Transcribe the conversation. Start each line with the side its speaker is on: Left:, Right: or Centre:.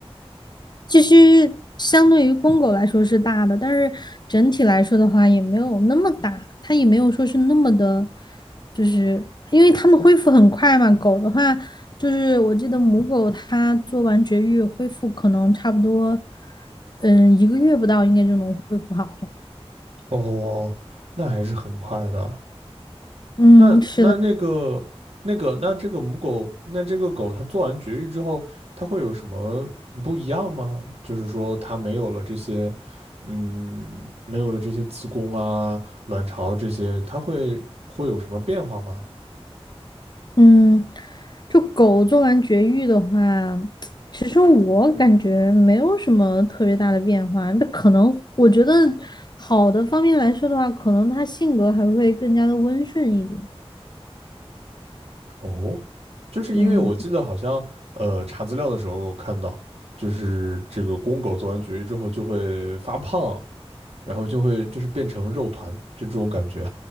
Left: 其实相对于公狗来说是大的，但是整体来说的话也没有那么大，它也没有说是那么的，就是因为它们恢复很快嘛。狗的话，就是我记得母狗它做完绝育恢复可能差不多，嗯，一个月不到应该就能恢复好了。
Right: 哦，那还是很快的。
Left: 嗯，
Right: 那那那个那个那这个母狗，
Left: 是的。
Right: 那这个狗它做完绝育之后，它会有什么不一样吗？就是说它没有了这些，嗯，没有了这些子宫啊、卵巢这些，它会会有什么变化吗？
Left: 嗯，就狗做完绝育的话，其实我感觉没有什么特别大的变化。那可能我觉得好的方面来说的话，可能它性格还会更加的温顺一点。
Right: 哦，就是因为我记得好像呃查资料的时候我看到，
Left: 嗯，
Right: 就是这个公狗做完绝育之后就会发胖，然后就会就是变成肉团，就这种感觉，